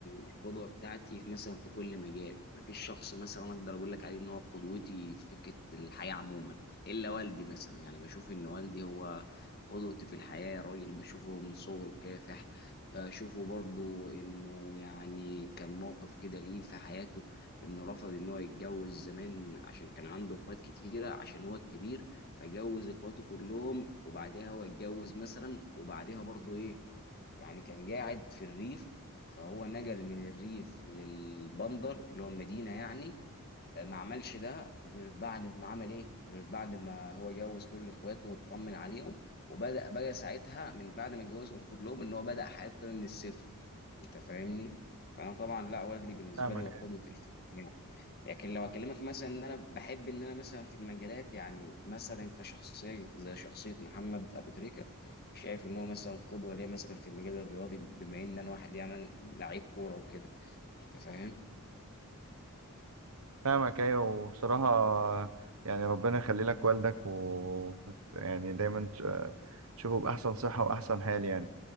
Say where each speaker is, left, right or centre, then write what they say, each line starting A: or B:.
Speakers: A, on the left (about 45°); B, on the right (about 70°).
A: القدوة بتاعتي في- مثلا في كل مجال، مفيش شخص مثلا أقدر أقول لك عليه إن هو قدوتي في فكرة الحياة عموما، إلا والدي مثلا يعني بشوف إن والدي هو قدوتي في الحياة، راجل بشوفه من صغره كافح، بشوفه برضو إنه يعني كان موقف كده ليه في حياته إنه رفض إن هو يتجوز زمان عشان كان عنده إخوات كتيرة عشان هو الكبير فجوز إخواته كلهم وبعدها هو اتجوز مثلا وبعدها برضو إيه يعني كان قاعد في الريف فهو نقل من الريف للبندر اللي هو المدينة يعني آه، ما عملش ده غير بعد ما عمل ايه غير بعد ما هو جوز كل اخواته واطمن عليهم وبدأ بقى ساعتها من بعد ما جوزهم كلهم ان هو بدأ حياته من الصفر انت فاهمني فانا طبعا لا وجدي بالنسبة
B: فاهمك
A: لي هو قدوة الفيلم لكن لو اكلمك مثلا ان انا بحب ان انا مثلا في المجالات يعني مثلا كشخصيه زي شخصيه محمد ابو تريكه شايف ان هو مثلا قدوه ليا مثلا في المجال الرياضي بما ان انا واحد يعني لعيب كوره وكده انت فاهم
B: فاهمك ايوه وبصراحة آه، يعني ربنا يخلي لك والدك و يعني دايما تش- آه، تشوفه باحسن صحة واحسن حال يعني